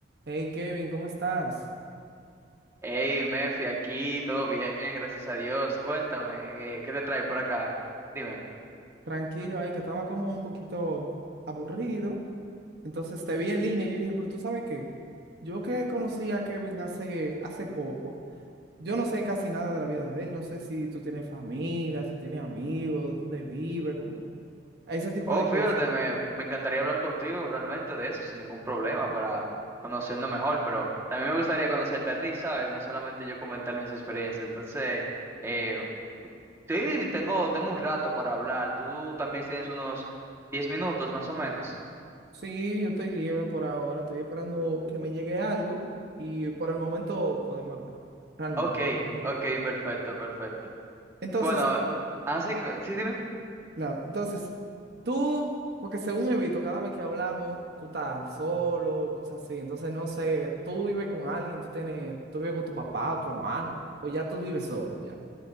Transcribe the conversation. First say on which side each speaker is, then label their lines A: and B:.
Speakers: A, on the right; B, on the right.
A: Hey Kevin, ¿cómo estás?
B: Hey, Mefi, aquí todo bien, gracias a Dios. Cuéntame, eh, ¿qué te trae por acá? Dime.
A: Tranquilo, eh, que estaba como un poquito aburrido. Entonces te vi en línea y yo dije, pero tú sabes qué, yo que conocí a Kevin hace, hace poco, yo no sé casi nada de la vida de él, no sé si tú tienes familia, si tienes amigos, dónde vive, como ese tipo
B: Oh,
A: de
B: fíjate,
A: cosas.
B: me, me encantaría hablar contigo realmente de eso sin ningún problema para conocernos mejor, pero también me gustaría conocerte a ti, ¿sabes? No solamente yo comentar mis experiencias. Entonces, eh, sí, tengo, tengo un rato para hablar. Tú también tienes unos 10 minutos más o menos.
A: Sí, yo estoy libre por ahora, estoy esperando que me llegue algo y por el momento podemos hablar. Realmente
B: Ok,
A: no tengo...
B: ok, perfecto, perfecto.
A: Entonces,
B: Bueno, así, sí, dime.
A: Claro. Entonces, tú, porque según evito, cada vez que hablamos, tú estás solo, cosas así. Entonces, no sé, tú vives con alguien, tú tienes, tú vives con tu papá o tu hermano, o ya tú vives solo ya.